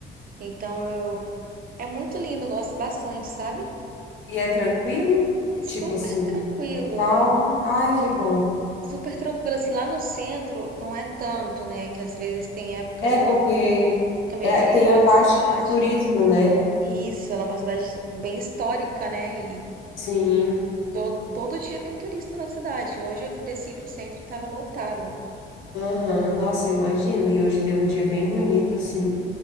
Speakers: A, on the right; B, on the left.
A: Então eu é muito lindo, eu gosto bastante, sabe?
B: E é tranquilo? Tipo
A: Super
B: assim,
A: tranquilo.
B: é calmo? Ai, que bom.
A: Super tranquilo assim lá no centro não é tanto, né? Que às vezes tem época
B: É
A: do
B: porque
A: ano que é meio
B: é,
A: perigosa
B: tem a parte
A: a cidade.
B: do turismo, né?
A: E Isso, ela é uma cidade assim, bem histórica, né? E
B: Sim.
A: To- todo dia tem turista na cidade. Hoje eu desci pro centro e estava lotado.
B: Aham, Nossa, eu imagino. E hoje deu um dia bem bonito, assim.